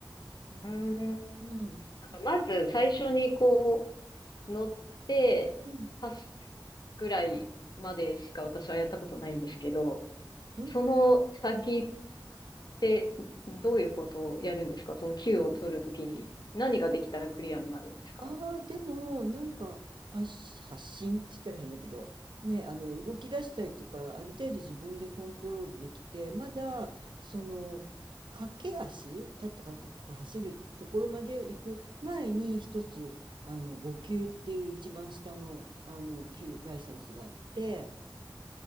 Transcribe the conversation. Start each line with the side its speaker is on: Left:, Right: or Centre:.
Right: うん
Left: うん。
Right: うん、
Left: なんかまず最初にこ
Right: なんか、
Left: う、乗って走るぐらいまでしか私はやったことないんですけど、
Right: うん、うん、
Left: その先
Right: うん。
Left: で、どういうことをやるんですかその Q を取るときに何ができたらクリアになるんですか
Right: ああ、でも、なんか、発し、発信って言ったら変だけど、ね、あの、動き出したりとか、ある程度自分でコントロールできて、まだ、その、駆け足、立ったか立ったか走るところまで行く前に、一つ、あの、5級っていう一番下の、あの、級ライセンスがあって、